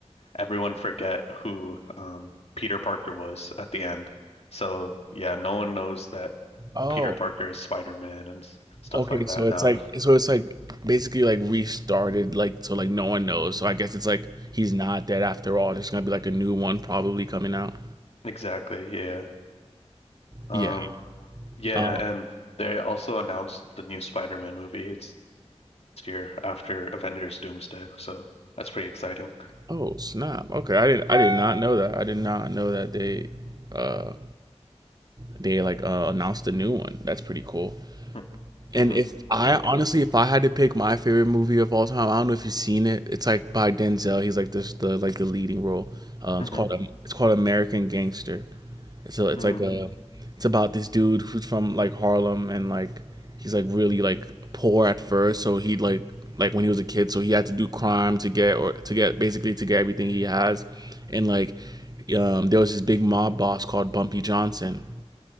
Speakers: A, on the left (about 60°); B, on the right (about 35°).
A: everyone forget who um, Peter Parker was at the end. So yeah, no one knows that
B: Oh,
A: Peter Parker is Spider-Man and s- stuff
B: okay.
A: like that
B: So
A: now.
B: it's like so it's like basically like restarted, like so like no one knows. So I guess it's like he's not dead after all. There's gonna be like a new one probably coming out.
A: Exactly, yeah. Um,
B: Yeah.
A: yeah,
B: um,
A: and they also announced the new Spider-Man movie. It's next year after Avengers Doomsday, so that's pretty exciting.
B: Oh snap! Okay, I did. I did not know that. I did not know that they, uh, they like uh, announced a new one. That's pretty cool.
A: Mm,
B: And
A: Mm-hmm.
B: if I
A: Yeah.
B: honestly, if I had to pick my favorite movie of all time, I don't know if you've seen it. It's like by Denzel. He's like this the like the leading role. Um,
A: Mm-hmm.
B: it's called um, it's called American Gangster. So it's
A: Mm.
B: like a, it's about this dude who's from like Harlem and like he's like really like poor at first. So he like like when he was a kid, so he had to do crime to get or to get basically to get everything he has, and like um, there was this big mob boss called Bumpy Johnson